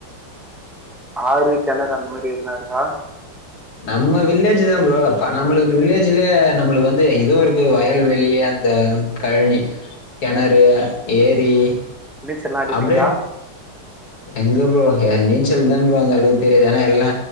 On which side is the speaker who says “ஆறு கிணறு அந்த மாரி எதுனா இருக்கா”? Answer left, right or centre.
Centre